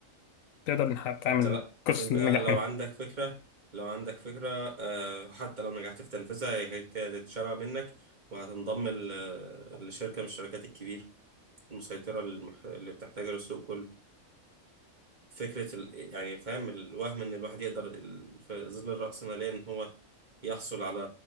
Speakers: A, on the left; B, on the right.
A: تقدر إنك تعمل
B: انت لا
A: قصة
B: انت
A: نجاح
B: لو
A: منها
B: عندك فكرة لو عندك فكرة آه، حتى لو نجحت في تنفيذها هي هي هتتشرع منك وهتنضم ل- لشركة من الشركات الكبيرة المسيطرة المح- اللي بتحتاجها للسوق كله فكرة ال... يعني فاهم الوهم ان الواحد يقدر ال... في ظل الرأسمالية ان هو يحصل على